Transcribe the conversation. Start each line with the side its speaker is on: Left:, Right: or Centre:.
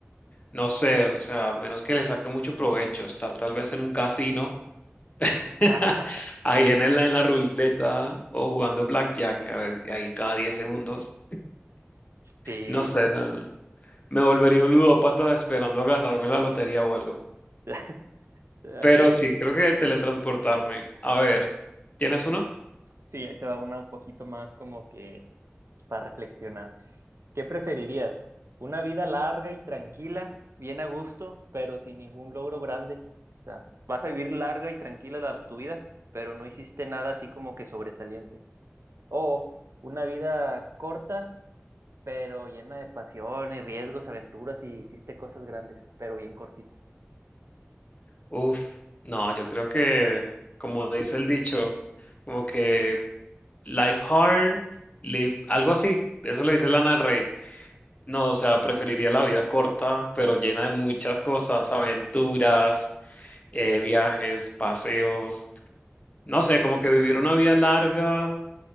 Left: no sé, o sea, a menos que le saque mucho provecho, estar tal vez en un casino,
Right: Ujú.
Left: <laughs>
Right: Ah,
Left: ahí en el- en la ruleta o jugando blackjack, a ver, y ahí cada 10 segundos,
Right: <laughs> sí.
Left: no sé, no- me volvería un ludópata esperando a ganarme la lotería o algo.
Right: <laughs>
Left: Pero
Right: Así-
Left: sí, creo que teletransportarme. A ver, ¿tienes uno?
Right: Sí, ahí te va una un poquito más como que para reflexionar. ¿Qué preferirías? ¿Una vida larga y tranquila, bien a gusto, pero sin ningún logro grande? O sea, vas a vivir larga y tranquila la- tu vida, pero no hiciste nada así como que sobresaliente. O una vida corta, pero llena de pasión y riesgos, aventuras y hiciste cosas grandes, pero bien cortita.
Left: Uf, no, yo creo que, como dice el dicho, como que Life hard, live, algo así. Eso lo dice Lana del Rey. No, o sea, preferiría la vida corta, pero llena de muchas cosas, aventuras, eh, viajes, paseos. No sé, como que vivir una vida larga